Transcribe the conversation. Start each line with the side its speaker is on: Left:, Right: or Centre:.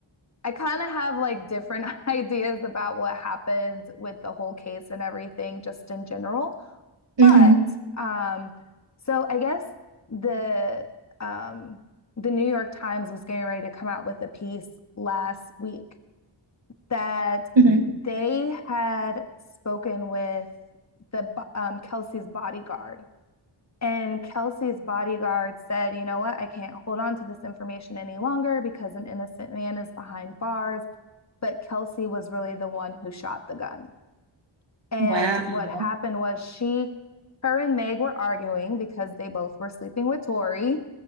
Left: I kind of have like different <laughs> ideas about what happened with the whole case and everything just in general.
Right: Mm-hmm.
Left: But um so I guess the um the New York Times was getting ready to come out with a piece last week that
Right: hmm
Left: they had spoken with the um, Kelsey's bodyguard. And Kelsey's bodyguard said, you know what, I can't hold on to this information any longer because an innocent man is behind bars. But Kelsey was really the one who shot the gun. And
Right: Wow.
Left: what happened was she, her and Meg were arguing because they both were sleeping with Tori.